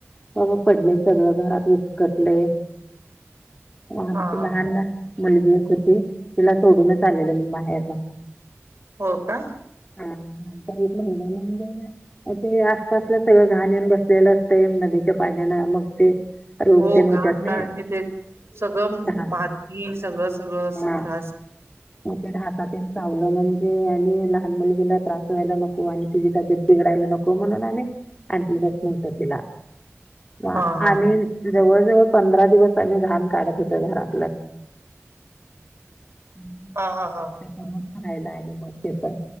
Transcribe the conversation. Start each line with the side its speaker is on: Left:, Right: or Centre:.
Left: सगळं पडलयं सगळ्या घरात विस्कटलय आमची
Right: हा
Left: लहान मुलगी एक होती तिला सोडूनच आलेलो मी माहेरला
Right: हो का
Left: हा तरी एक महिन्यानंतर ते आसपासला सगळं घाण येऊन बसलेलं असतयं नदीच्या पाण्यान मग ते रोग
Right: हो
Left: तेन
Right: घाण
Left: होतात
Right: काढाईची
Left: ना
Right: तेच सगळं
Left: घाण
Right: माती सगळं सगळं अस
Left: हां,
Right: त्रास
Left: मग ते ढासातेन चावलं म्हणजे आणि लहान मुलगीला त्रास व्हायला नको आणि तिची तब्येत बिघडायला नको म्हणून आम्ही आणलेलच नव्हतं तिला वा
Right: हा हा
Left: आम्ही जवळ जवळ पंधरा दिवस त्यांनी घाण काढत होत. घरातलं ह
Right: हा हा हा हा
Left: समज पण राहिला आणि मग त्याच